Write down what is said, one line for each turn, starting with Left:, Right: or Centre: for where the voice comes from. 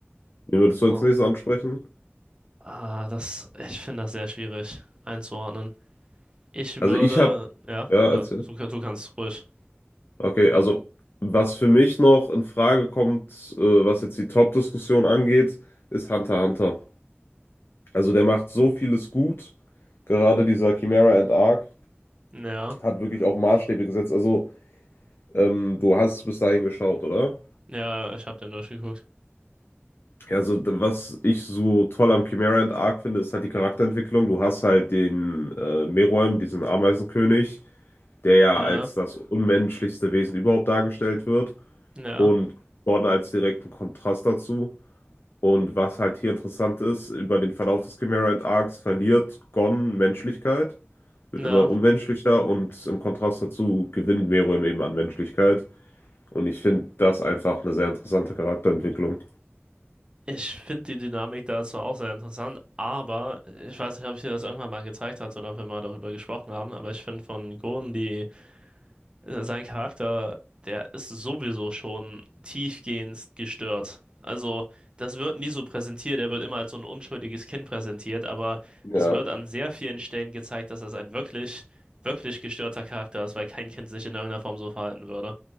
Left: Wie würdest du
Right: So.
Left: als nächstes ansprechen?
Right: Ah, das, ich finde das sehr schwierig einzuordnen. Ich
Left: Also,
Right: würde,
Left: ich habe,
Right: ja,
Left: ja,
Right: oder
Left: erzähl.
Right: du, du kannst ruhig.
Left: Okay, also was für mich noch in Frage kommt, äh, was jetzt die Top-Diskussion angeht, ist Hunter x Hunter. Also der macht so vieles gut. Gerade dieser Chimera and Arc
Right: Ja,
Left: hat wirklich auch Maßstäbe gesetzt. Also ähm, du hast bis dahin geschaut, oder?
Right: ja, ich habe den durchgeguckt.
Left: Ja, Also d- was ich so toll am Chimera and Arc finde, ist halt die Charakterentwicklung. Du hast halt den äh, Meruem, diesen Ameisenkönig, der ja
Right: Ja,
Left: als das unmenschlichste Wesen überhaupt dargestellt wird.
Right: ja,
Left: Und Gordon als direkten Kontrast dazu. Und was halt hier interessant ist, über den Verlauf des Chimera and Arcs verliert Gon Menschlichkeit, wird
Right: ja.
Left: immer unmenschlicher und im Kontrast dazu gewinnt Meruem eben an Menschlichkeit. Und ich finde das einfach eine sehr interessante Charakterentwicklung.
Right: Ich finde die Dynamik da zwar auch sehr interessant, aber ich weiß nicht, ob ich dir das irgendwann mal gezeigt hatte oder ob wir mal darüber gesprochen haben, aber ich finde von Gordon, die, äh, sein Charakter, der ist sowieso schon tiefgehend gestört. Also, das wird nie so präsentiert, er wird immer als so ein unschuldiges Kind präsentiert, aber
Left: Ja.
Right: es wird an sehr vielen Stellen gezeigt, dass das ein wirklich, wirklich gestörter Charakter ist, weil kein Kind sich in irgendeiner Form so verhalten würde.